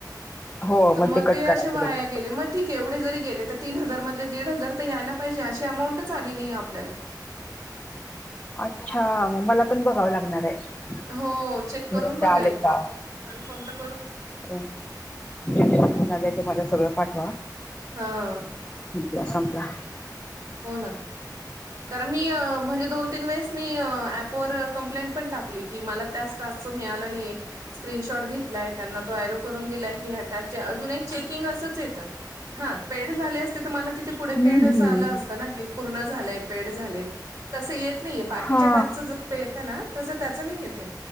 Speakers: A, on the left; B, on the right.
A: हो
B: तर मग
A: कट
B: ते
A: करायचं
B: असे वाया
A: कधी
B: गेले म ठीक आहे एवढे जरी गेले तर तीन हजार मधले दीड हजार तर यायला पाहिजे अशी अमाऊंटच आली नाही आपल्याला.
A: अच्छा म मला पण बघावं लागणार आहे.
B: हो चेक करून
A: घरात
B: बघा
A: ते आलेत
B: एकदा
A: का
B: आपण कन्फर्म तर करू.
A: <unintelligible> म्हणाले ते मला सगळं पाठवा.
B: हा.
A: <unintelligible> संपला
B: हो ना. कारण मी अ म्हणजे दोन-तीन वेळेस मी अ ऍपवर कंप्लेंट पण टाकली की मला त्या टास्क तर मिळाला नाहीय. स्क्रीनशॉट घेतलाय त्यांना तो ऐरो करून दिलाय की ह्या टास्कचे अजून ही चेकिंग असंच येतं. हा पेड झाले असते तर मला तिथे पुढे
A: हम्म
B: पेड असं
A: हम्म
B: आलं असतं ना की पूर्ण झालंय पेड झाले. तसं येत नाहीये बाकीच्या
A: हा
B: टास्कच जसं येतं ना तसं त्याचं नाही येतेय.